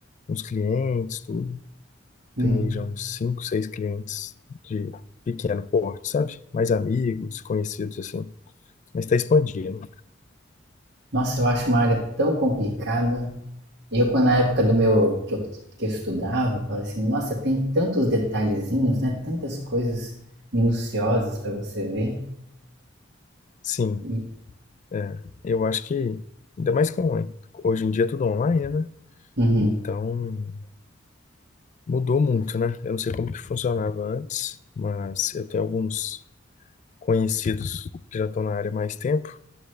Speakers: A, on the left; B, on the right.
A: uns clientes, tudo.
B: Hum.
A: Tenho aí já uns cinco, seis clientes de pequeno porte, sabe? Mais amigos, conhecidos, assim. Mas está expandindo.
B: Nossa, eu acho uma área tão complicada. eu, quando na época do meu que eu, que eu estudava, eu falava assim, nossa, tem tantos detalhezinhos, né? Tantas coisas minuciosas para você ver.
A: Sim,
B: E-
A: é. Eu acho que, ainda mais com, hoje em dia é tudo online, né?
B: Uhum.
A: Então, Mudou muito, né? Eu não sei como que funcionava antes, mas eu tenho alguns conhecidos que já estão na área há mais tempo,